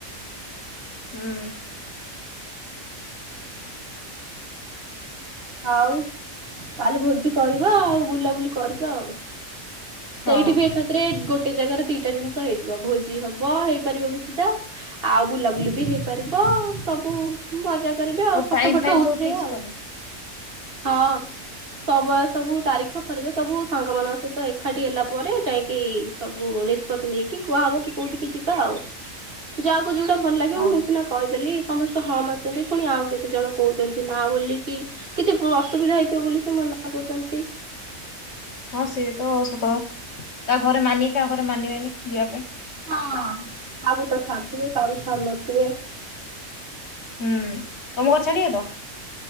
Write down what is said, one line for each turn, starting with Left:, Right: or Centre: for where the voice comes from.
Left: ହୁଁ।
Right: ଆଉ କାଲି ଭୋଜି କରିବା ଆଉ ବୁଲାବୁଲି କରିବା ଆଉ।
Left: ହଁ
Right: ସେଇଠି ବି ଏକାତ୍ରରେ ଗୋଟେ ଗୋଟେ ଜାଗାରେ ଦିଟା ଜିନିଷ ହେଇଯିବ ଭୋଜି ହବ ହେଇପାରିବ ବି ସୁିଧା ଆଉ ବୁଲାବୁଲି ବି ହେଇପାରିବ ସବୁ ମଜା। କରିବେ ଆଉ
Left: ତ ଟାଇମ
Right: ଫଟୋ ଫଟ
Left: ଫାଇମ
Right: ଉଠେଇବେ
Left: ସବୁ ଫିକ୍ସ
Right: ଆଉ।
Left: କରିଦେ
Right: ହଁ ସମୟ ସବୁ ତାରିଖ ପରାରିଖ ସବୁ ସାଙ୍ଗ ମାନଙ୍କ ସହିତ ଏକାଠି ହେଲା ପରେ ଯାଇକି ସବୁ ନିଷ୍ପତ୍ତି ନେଇକି କୁହା ହବ କି କୋଉଠିକି ଯିବା ଆଉ ଯାହା ଯୋଉଟା ଭଲ ଲାଗିବ
Left: ହଁ
Right: ମୁଁ ସିନା କହିଦେଲି ସମସ୍ତେ ହମ ଅଛନ୍ତି ପୁଣି ଆଉ କେତେ ଜଣ କହୁଛନ୍ତି ନା ବୋଲି। କି କିଛି ଅସୁବିଧା ହେଇଥିବ ବୋଲି ସେ ମନା କରୁଛନ୍ତି।
Left: ହଁ ସିଏ ତ ସତ ତା ଘରେ ମାନିବେ କାହା ଘରେ ମାନିବେନି ଯିବା ପାଇଁ
Right: ହ କାଗୁ ତ ଛାଡୁ ଥିବେ କାହକୁ ଛାଡ଼ ନଥିବେ।
Left: ହୁଁ ତମ ଘର ଛାଡିିବେ ତ।